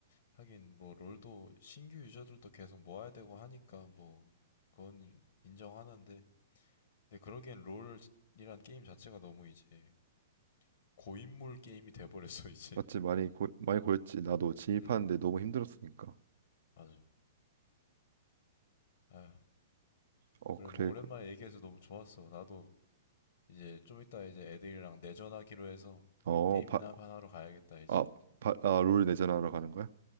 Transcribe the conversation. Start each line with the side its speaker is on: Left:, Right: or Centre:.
Left: 하긴 뭐 롤도 신규 유저들도 계속 모아야 되고 하니까 뭐 그건 인정하는데 근데 그러기엔 롤이란 게임 자체가 너무 이제 고인물 게임이 돼버렸어 <laughs> 이제
Right: 맞지? 많이 고, 많이 고였지. 나도 진입하는데
Left: 음
Right: 너무 힘들었으니까.
Left: 맞아 아휴
Right: 어
Left: 그래
Right: 그래.
Left: 뭐 오랜만에
Right: 그-
Left: 얘기해서 너무 좋았어 나도 이제 좀 이따 이제 애들이랑 내전하기로 해서
Right: 어
Left: 게임이나
Right: 바,
Left: 한판 하러 가야겠다 이제
Right: 아, 바, 아, 롤 내전하러 가는 거야?